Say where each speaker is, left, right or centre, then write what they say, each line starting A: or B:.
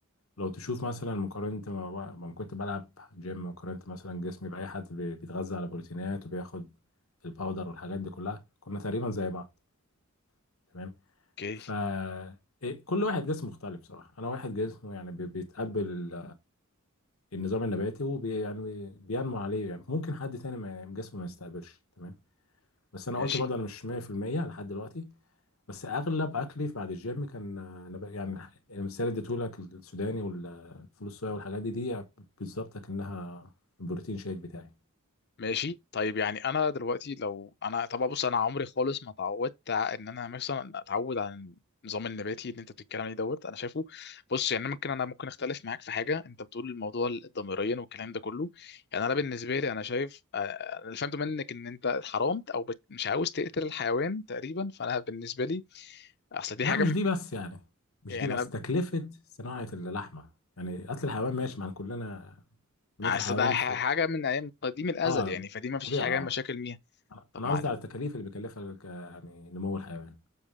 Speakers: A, on the left; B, on the left.
A: لو تشوف مثلا مقارنه ما ما كنت بلعب جيم وقارنت مثلا جسمي باي حد بي- بيتغذى على بروتينات وبياخد الباودر والحاجات دي كلها كنا تقريبا زي بعض تمام
B: اوكي
A: ف إيه، كل واحد جسمه مختلف بصراحة أنا واحد جسمه يعني بي- بيتقبل ال- النظام النباتي وبي يعني بي- بينمو عليه يعني ممكن حد تاني ما يعني جسمه ما يستقبلش تمام بس أنا
B: ماشي
A: قلت برضه أنا مش 100% لحد دلوقتي بس أغلب أكلي بعد الجيم كان آه، نبات يعني المثال اللي اديتهولك السوداني والفول الصويا والحاجات دي دي بالظبط كأنها البروتين شيك بتاعي
B: ماشي طيب يعني انا دلوقتي لو انا طبعا بص انا عمري خالص ما اتعودت ع- ان انا مثلا اتعود على النظام النباتي اللي انت بتتكلم عليه دوت انا شايفه بص يعني ممكن انا ممكن اختلف معاك في حاجه انت بتقول الموضوع الضميريا والكلام ده كله يعني انا بالنسبه لي انا شايف آه، انا اللي فهمته منك ان انت حرمت او بت- مش عاوز تقتل الحيوان تقريبا فانا بالنسبه لي اصل دي
A: لا
B: حاجه
A: مش
B: م-
A: دي بس يعني مش
B: يعني
A: دي بس
B: انا
A: تكلفة صناعة اللحمة يعني قتل الحيوان ماشي ما كلنا بنقتل
B: اصل
A: الحيوان
B: ده ح- حاجه من ايام قديم الازل
A: اه
B: يعني فدي ما فيش
A: طبيعة
B: حاجه
A: اه
B: مشاكل ميها
A: انا
B: طب
A: أنا
B: معلش
A: قصدي على التكاليف اللي بيكلفها ال- يعني نمو الحيوان